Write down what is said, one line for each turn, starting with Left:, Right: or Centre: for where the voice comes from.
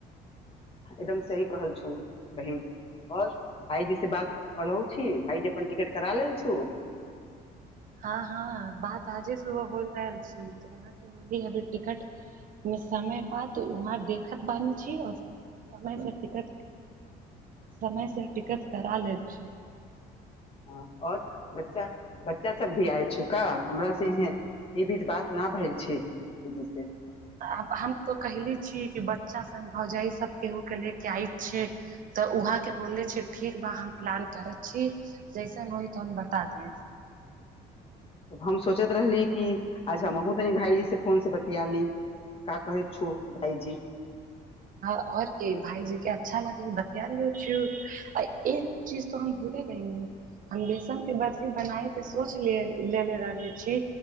Left: एकदम सही कहल छौ बहिन आओर भायजी से बात कलहौ छी भायजी अपन टिकट करा लेल छु
Right: हँ हँ बात आजे सुबह बोल रहल छी त बोलली अभी टिकट मे समय बा वहाँ देखत बानी छी समय में टिकट समय से टिकट करा ले छ
Left: ह आओर बच्चा बच्चा सब भी आय छुका हमर से इह ई भी बात न भए छै से
Right: आब हम तो कहले छीय कि बच्चा स भौजाय सब केहू के ले के आयल छै तऽ उहा के बोलले छी ठीक बा हम प्लान करैत छी जैसन होइ तो हम बता दे
Left: तब हम सोचैत रहली कि आज हमहूँ तनी भायजीसँ फोनसँ बतिया ली का कहैतछौ भाइजी
Right: हँ आओर के भायजी के अच्छा लागे बतिया लौ छु चीज तो हम भूलेगयनी हम बेसन के बर्फी बनाय के सोच ले लेलेे रहली छी